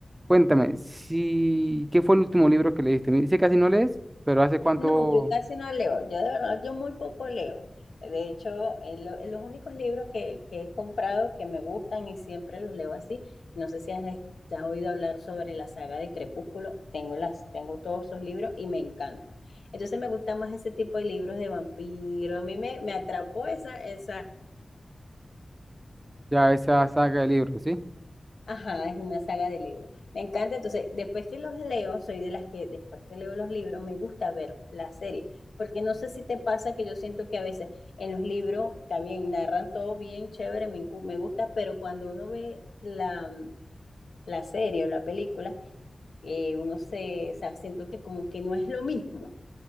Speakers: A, on the right (about 20°); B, on the left (about 75°).
A: cuéntame, si, ¿qué fue el último libro que leíste? Me dice que casi no lees, pero ¿hace cuánto
B: No, yo casi no leo, yo de verdad, yo muy poco leo. De hecho, eh, lo- eh, los únicos libros que, que he comprado que me gustan y siempre los leo así, no sé si has, es- has oído hablar sobre la saga de Crepúsculo, tengo, las, tengo todos esos libros y me encantan. Entonces me gusta más ese tipo de libros de vampiro, a mí me, me atrapó esa, esa
A: ya esa saga de libros, sí?
B: Ajá, es una saga de libros. Me encanta, entonces, después que los leo, soy de las que después que leo los libros me gusta ver la serie, porque no sé si te pasa que yo siento que a veces en los libros, está bien, narran todo bien, chévere, me, encu- me gusta, pero cuando uno ve la, la serie o la película, eh, uno se, o sea, siento que como que no es lo mismo,